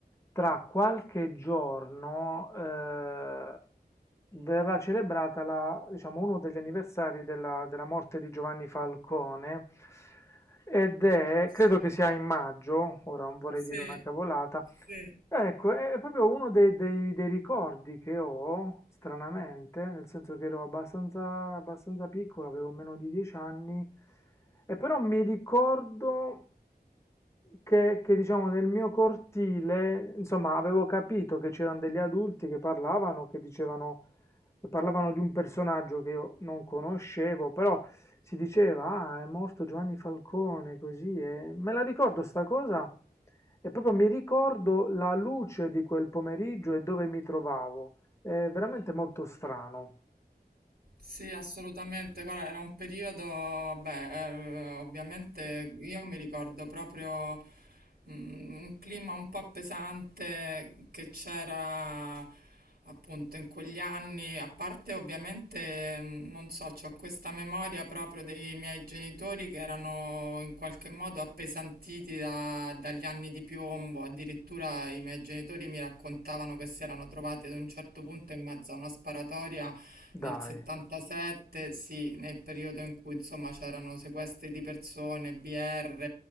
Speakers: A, on the left; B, on the right.
A: tra qualche giorno eh, verrà celebrata la- diciamo, uno degli anniversari della, della morte di Giovanni Falcone ed è,
B: Sì,
A: credo che sia in maggio, ora non vorrei
B: sì,
A: dire una cavolata,
B: sì.
A: Ecco, è è proprio uno dei, dei- dei ricordi che ho, stranamente, nel senso che ero abbastanza, abbastanza piccolo, avevo meno di 10 anni, e però mi ricordo che, che, diciamo, nel mio cortile, insomma, avevo capito che c'erano degli adulti che parlavano, che dicevano che parlavano di un personaggio che io non conoscevo, però si diceva, ah, è morto Giovanni Falcone, così, e me la ricordo sta cosa e proprio mi ricordo la luce di quel pomeriggio e dove mi trovavo. È veramente molto strano.
B: Sì, assolutamente. Guarda, era un periodo, vabbè, eh, ovviamente io mi ricordo proprio mm, un clima un po' pesante che c'era appunto in quegli anni, a parte ovviamente, mm, non so, c'ho questa memoria proprio dei miei genitori che erano in qualche modo appesantiti da- dagli anni di piombo, addirittura i miei genitori mi raccontavano che si erano trovati ad un certo punto in mezzo a una sparatoria
A: Dai.
B: nel 77, sì, nel periodo in cui insomma c'erano sequestri di persone, BR,